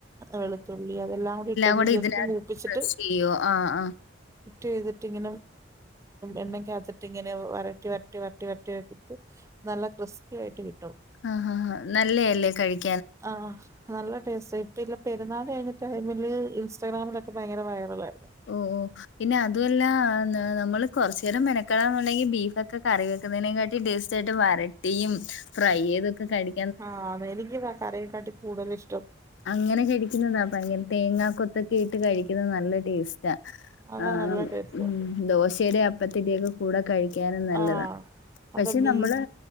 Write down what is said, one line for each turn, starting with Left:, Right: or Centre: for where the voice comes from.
Right: വേ ളു തുള്ളി അതെല്ലാം കൂടി ഇട്ടന്ന്
Left: കൂടെ
Right: ജസ്റ്റ്
Left: ഇതിനകത്ത്
Right: മൂപ്പിച്ചിട്ട്
Left: ക്രഷ് ചെയ്യോ ആഹ് ആഹ്
Right: ചെയ്തിട്ട ഇങ്ങനെ എണ്ണ കാത്തിട്ട് ഇങ്ങനെ വരട്ടി വരട്ടി വരട്ടി വട്ടി പ് നല്ല ക്രിസ്പി ആയിട്ട് കിട്ടും.
Left: ആ ഹാ നല്ലയല്ലേ കഴിക്ക
Right: ആഹ് നല്ല ടേസ്റ്റ് ഇപ്പ ഇല്ല പെരുന്നാൾ കഴിഞ്ഞ ടൈമില് ഇൻസ്റ്റാഗ്രാമിലൊക്ക ഇപ്പ ഭയങ്കര വൈറല ആയിരുന്നു.
Left: ഓ ഓ പിന്നെ അതുമല്ല നമ്മള് കുറച്ച നേരം മെനക്കടാെന്നുണ്ടെങ്കി ബീഫ് ഒക്കെ കറി ന്നതിന കാട്ടി ടേസ്റ്റ് ആയിട്ട് വരട്ടിയും ഫ്രൈ ചെയ്തൊക്കെക്കഴി
Right: ആഹ് അത എനിക്ക് കറീയെക്കാട്ടി കൂടുതലിഷ്ടം
Left: അങ്ങനെ കഴിക്കുന്നതാ ഭയങ്കര തേങ്ങാ കൊൊത്തൊക്കെ ഇട്ട് കഴിക്കുന്നത് നല്ല ടേസ്റ്റ്
Right: അതാ
Left: ആ
Right: നല്ല ടേസ്റ്റ്
Left: ഉ ദോശയുടെ അപ്പത്തിന്റെകു കൂടെ കഴിക്കാനും നല്ലതാ
Right: ആഹ് അതാ
Left: പക്ഷെ
Right: ബീഫ്
Left: നമ്മള്